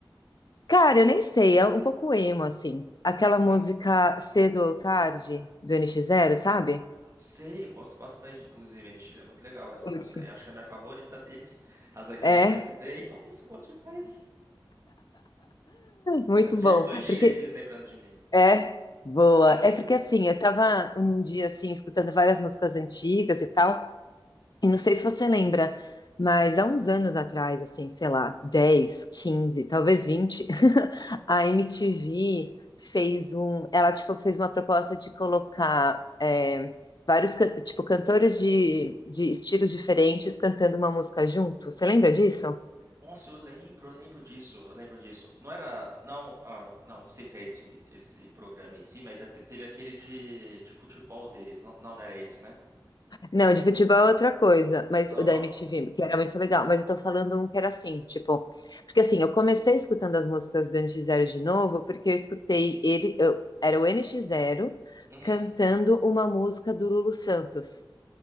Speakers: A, on the left; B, on the right.
A: Cara, eu nem sei, é um pouco emo, assim. Aquela
B: Uhum.
A: música Cedo ou Tarde, do NX Zero, sabe?
B: Sei, eu gosto bastante, inclusive, NX é muito legal essa
A: Curte.
B: música aí. Acho que é a minha favorita deles. Razões e
A: É,
B: Emoções também. Nossa, eu gosto demais.
A: muito
B: Você
A: bom.
B: Acertou em cheio,
A: Porque
B: lembrando de mim.
A: É, boa.
B: Uhum.
A: É porque assim, eu tava num dia assim, escutando várias músicas antigas e tal, e
B: uhum.
A: não sei se você lembra, mas há uns anos atrás, assim, sei lá, 10, 15, talvez 20, <laughs> a MTV fez um, ela tipo fez uma proposta de colocar é, vários, can- tipo, cantores de, de estilos diferentes cantando uma música junto. Você lembra disso?
B: Nossa, eu lembro, eu lembro disso, eu lembro disso. Não era, não, ah, não, não sei se é esse esse programa em si, mas é- teve aquele de, de futebol deles. Não, não, não era esse, né?
A: Não, de futebol é outra coisa, mas
B: Aham.
A: o da MTV, que era muito legal, mas eu tô falando um que era assim, tipo, porque assim, eu comecei escutando as músicas do NX Zero de novo, porque eu escutei ele, eu- era o NX Zero
B: uhum.
A: cantando uma música do Lulu Santos.